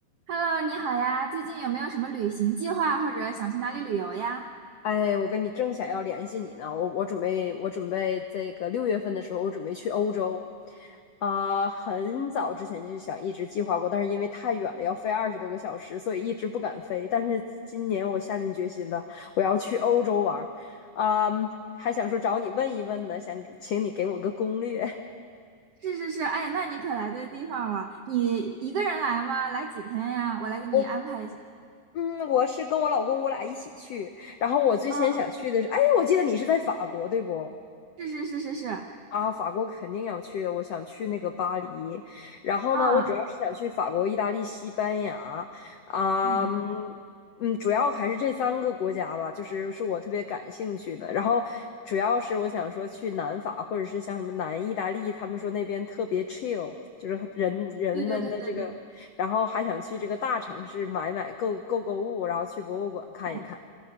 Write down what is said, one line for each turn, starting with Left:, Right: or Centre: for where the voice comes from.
Right: Hello，你好呀，最近有没有什么旅行计划，或者想去哪里旅游呀？
Left: 哎，我跟你正想要联系你呢，我我准备我准备这个六月份的时候，我准备去欧洲，啊、很早之前就想一直计划过，但是因为太远了，要飞二十多个小时，所以一直不敢飞。但是今年我下定决心了，我要去欧洲玩儿，啊、还想说找你问一问呢，想请你给我个攻略。
Right: 是是是，哎，那你可来对地方了。你一个人来吗？来几天呀？我来给你安排一下。
Left: 我嗯，我是跟我老公我俩一起去，然后我最先想去的是，
Right: 啊，
Left: 哎，我记得你是在法国，对不？
Right: 是是是是是，
Left: 啊，法国肯定要去的，我想去那个巴黎，然后呢，
Right: 啊，
Left: 我主要是想去法国、意大利、西班牙，啊，
Right: 嗯，
Left: 嗯，嗯主要还是这三个国家吧，就是是我特别感兴趣的。然后主要是我想说去南法，或者是像什么南意大利，他们说那边特别 chill，就是很人人们的这个，
Right: 对对对对对，
Left: 然后还想去这个大城市买买购购购物，然后去博物馆看一看。
Right: 嗯，